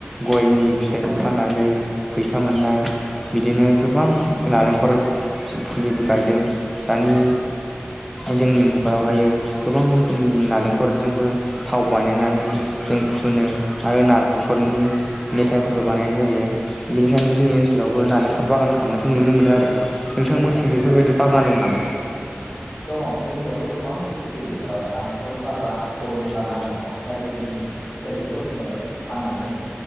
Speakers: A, in the centre; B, on the left.
A: गयनि फिथाइखौ फाननानै फैसा था मोननाय बिदिनो गोबां नालेंखल फुलिबो गायदों दानि जोंनि मुगायावहाय गोबां रोखोमनि नालेंखल खरजोंबो थाव बानायनानै जों फुनो आरो नालेंखरनि
B: औ
A: मेथाइफोरबो बानायनाय जायो बेनिखायनो
B: औ
A: जोंनि ओनसोलावबो नालेंख खर बागान खालामामनायखौ नुनो मोनो आरो नोंथांमोनथिं
B: औ
A: बेफोरबायदि बाख गान दं नामा?
B: दङ जोंनियावबो गोबां गिदिर गिदिर ओ नालेंखलनि बागान गयनि बागान
A: औ
B: दङ जायफोरनि फिथाइफोरखौ जोङो फाननानै